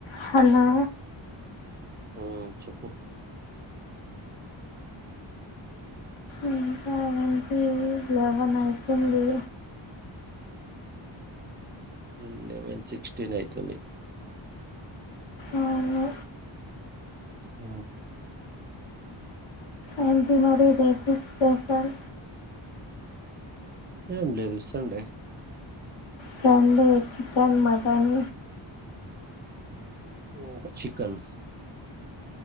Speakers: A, on the left; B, on the right.
A: Hello
B: ఊ చెప్పు
A: ఇంకా ఏంటిది లెవెన్ అయితుంది
B: ఉం లెవెన్ సిక్స్టీనైతుంది
A: అవ్ను
B: సూ
A: ఏంటి మరి రేపు స్పెషల్
B: ఏం లేదు సండే
A: సండే చికెన్ మటన్
B: ఉహ్ చికన్